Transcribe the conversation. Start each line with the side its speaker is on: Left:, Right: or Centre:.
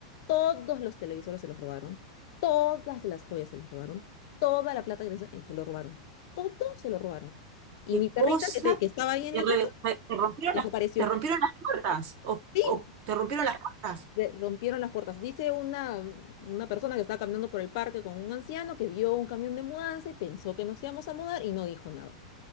Left: todos los televisores se los robaron, todas las joyas se los robaron, toda la plata que tenían se lo robaron, todo se lo robaron. Y
Right: qué
Left: mi perrita
Right: cosa,
Left: que, te- que estaba ahí en
Right: te,
Left: la
Right: re-
Left: casa
Right: te- te rompieron
Left: desapareció.
Right: las, te rompieron las puertas, o,
Left: Sí,
Right: o te rompieron las puertas.
Left: le rompieron las puertas. Dice una, una persona que estaba caminando por el parque con un anciano que vio un camión de mudanza y pensó que nos íbamos a mudar y no dijo nada.